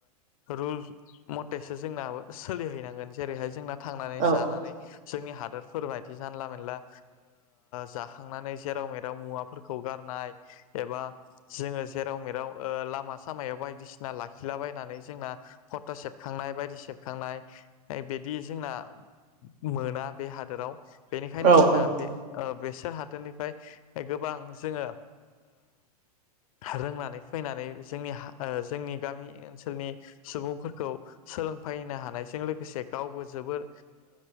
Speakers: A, on the left (about 60°); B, on the right (about 40°).
A: रुल मथेसो जोंना सोलिहैनांगोन जेरैहाय जोंना थांनानै
B: औ
A: जानानै जोंनि हादर फोरबायायदि जानला मोनला जाखांनानै जेराव मेराव मुवाफोरखौ गारनाय एबा जोङो जेराव मेराव लामा सामायाव बायदिसिना लाखिलाबायनानै जोंना फथा सेबखांनाय बायदि सेबखांनाय बिदि जोंना मोना बे हाद हादोराव बेनिखायनो
B: औ
A: जोंना
B: औ नंगौ
A: बे बेसोर हादोरनिफ्राय गोबां जोङो रोंनानै फैनानै जोंनि जोंनि गामि ओनसोलनि सुबुंफोरखौ सोलोंफैनो हानायजों लोगोसे गावबो जोबोर